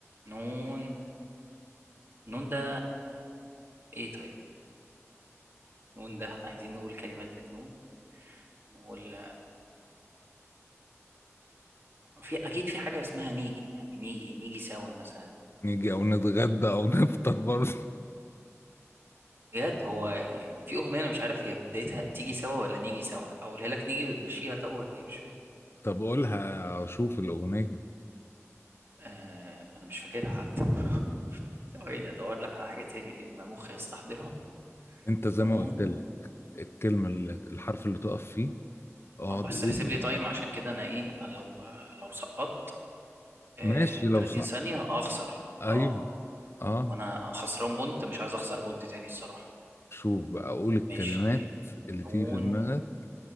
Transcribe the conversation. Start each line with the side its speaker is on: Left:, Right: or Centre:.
Right: نون نون ده ايه طيب نون ده احنا عايزين نقول كلمات بالنون نقول ما في اكيد في حاجة اسمها نيجي يعني نيجي نيجي سوا مثلا
Left: نيجي او نتغدى او <laughs> نفطر برضه
Right: بجد هو يعني في اغنيه انا مش عارف هي بدايتها تيجي سوا ولا نيجي سوا اقولها لك نيجي وتمشيها طب ولا ايه مش فاهم
Left: طب قولها اشوف الاغنية
Right: آه انا مش فاكرها قعدت <laughs> ثواني ادور لك على حاجه تاني لما مخي يستحضرها
Left: انت زي
Right: نون
Left: ما قلت لك الكلمة اللي الحرف اللي تقف فيه اقعد
Right: اه بس
Left: قول
Right: احسب لي تايم عشان كده انا ايه لو لو سقطت آه
Left: ماشي لو
Right: 30
Left: صح
Right: ثانيه اخسر
Left: ايوه
Right: اه
Left: اه
Right: وانا خسران بونت مش عايز اخسر بونت تاني الصراحه
Left: شوف بقى قول الكلمات
Right: ماشي طيب
Left: اللي
Right: نون
Left: تيجي في دماغك